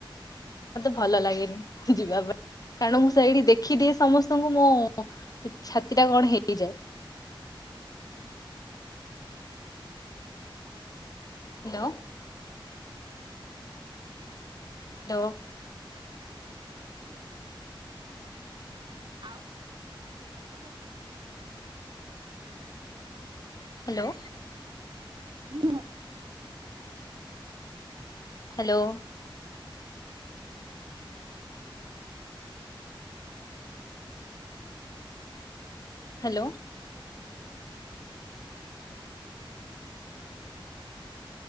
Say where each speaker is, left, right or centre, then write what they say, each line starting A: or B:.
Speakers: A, on the left; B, on the right.
A: ମତେ ଭଲ ଲାଗେନି ଯିବା ପାଇଁ। କାରଣ ମୁଁ ସେଇଠି ଦେଖିଦିଏ ସମସ୍ତଙ୍କୁ ମୋଛାତିଟା କଣ ହେଇଯାଏ। ହ୍ୟାଲୋ। ଦୋ।
B: ଆଉ ହୁଁ।
A: ହ୍ୟାଲୋ।
B: ହୁଁ।
A: ହ୍ୟାଲୋ। ହ୍ୟାଲୋ।